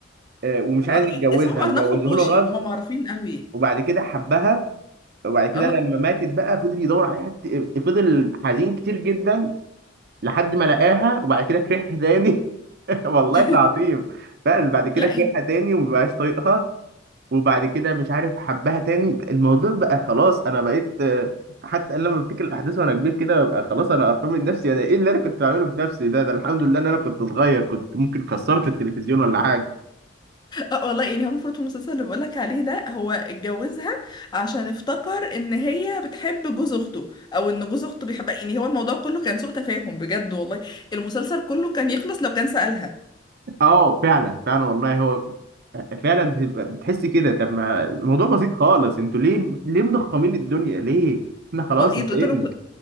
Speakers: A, on the right; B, on the left.
A: آه، ومش
B: آه،
A: عايز يتجوزها
B: اسمهم أرناف
A: وجوزه
B: وكوشي
A: له غصب
B: هما معروفين قوي
A: وبعد كده حبها وبعد كده
B: اه
A: لما ماتت بقى فضل يدور عليها كت- فضل حزين كتير جدا لحد ما لقاها وبعد كده كرهها تاني <laughs> والله
B: <laughs>
A: العظيم فعلا بعد كده
B: لا
A: كرهها
B: يعني
A: تاني ومبقاش طايقها وبعد كده مش عارف حبها تاني الموضوع بقى خلاص انا بقيت آه، حتى أنا لما بفتكر الاحداث وانا كبير كده ببقى خلاص انا قرفان من نفسي انا ايه اللي انا كنت بعمله في نفسي ده ده الحمد لله ان انا كنت صغير كنت ممكن كسرت التلفزيون ولا حاجه
B: اه والله يعني هو المفروض في المسلسل اللي بقولك عليه ده هو اتجوزها عشان افتكر ان هي بتحب جوز اخته او ان جوز اخته بيحبها يعني هو الموضوع كله كان سوء تفاهم بجد والله المسلسل كله كان يخلص لو كان سألها
A: اه فعلا فعلا والله هو فعلا بتبقى- بتحس كده طب ما الموضوع بسيط خالص انتوا ليه ليه مضخمين الدنيا ليه احنا خلاص
B: و- ايه
A: اتضايقنا
B: تقول له